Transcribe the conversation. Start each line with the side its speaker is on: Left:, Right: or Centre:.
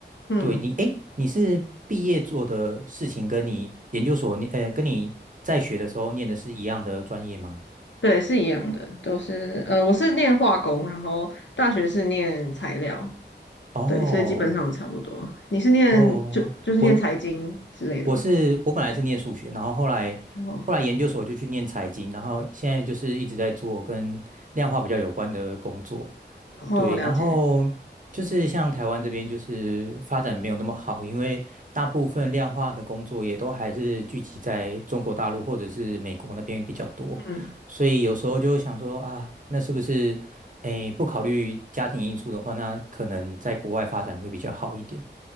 Left: 嗯，
Right: 对你，哎，你是毕业做的事情跟你研究所念，呃，跟你在学的时候念的是一样的专业吗？
Left: 对，是一样的，都是呃，我是念化工，然后大学是念材料，
Right: 哦
Left: 对，所以基本上差不多。你是念就就是念财经之类的吗？
Right: 哦，我我是我本来是念数学，然后后来后来研究所就去念财经，
Left: 哦，
Right: 然后现在就是一直在做跟量化比较有关的工作。
Left: 哦，
Right: 对，
Left: 了解，
Right: 然后就是像台湾这边就是发展没有那么好，因为大部分量化的工作也都还是聚集在中国大陆或者是美国那边比较多，
Left: 嗯
Right: 所以有时候就想说啊，那是不是诶不考虑家庭因素的话，那可能在国外发展会比较好一点。